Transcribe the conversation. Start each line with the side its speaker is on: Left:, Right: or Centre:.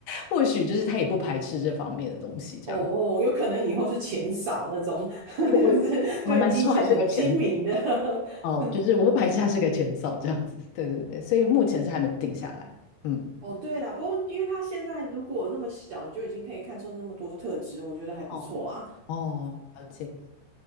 Left: 或许就是他也不排斥这方面的东西，这样。
Right: 哦哦，有可能以后是钱少那种，<laughs> 就是对金钱很精明的。
Left: 我我我还蛮希望他是个前哦，
Right: <laughs>
Left: 就是我不排斥他是个前哨这样子，对对对，所以目前是还没有定下来，嗯。
Right: 哦，对啦，不过因为他现在如果那么小，你就已经可以看出那么多特质，我觉得还不错啊。
Left: 哦哦，了解，